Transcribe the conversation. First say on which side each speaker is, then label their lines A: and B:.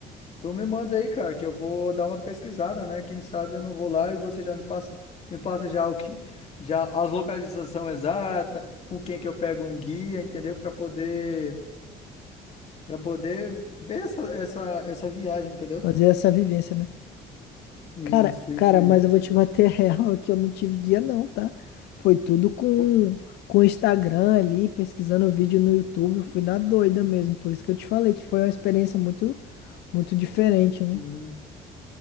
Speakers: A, on the left (about 40°); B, on the left (about 80°).
A: Tu me manda aí, cara, que eu vou dar uma pesquisada, né? Quem sabe eu não vou lá e você já me passa, me passa já o que, já as localização exata, com quem que eu pego um guia, entendeu? para poder Pra poder ver essa, essa, essa viagem, entendeu?
B: Fazer essa vivência, né?
A: Isso,
B: Cara,
A: isso,
B: cara,
A: isso.
B: mas eu vou te bater real que eu não tive guia não, tá? Foi tudo com
A: Pô,
B: com o Instagram ali, pesquisando vídeo no YouTube, eu fui na doida mesmo. Por isso que eu te falei que foi uma experiência muito muito diferente, né?
A: hum,